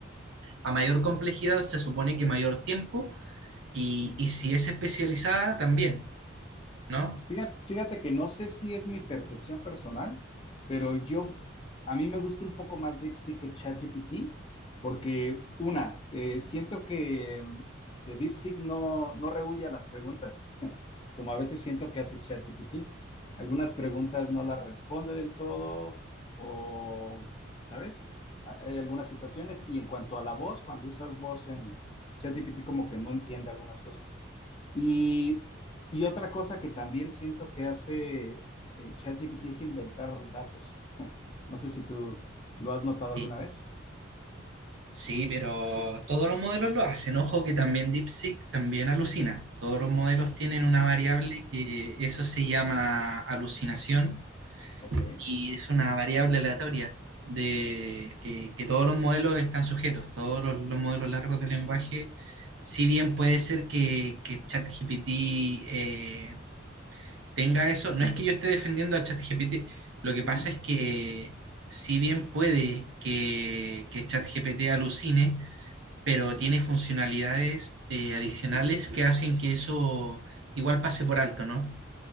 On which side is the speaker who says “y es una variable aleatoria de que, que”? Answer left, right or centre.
Right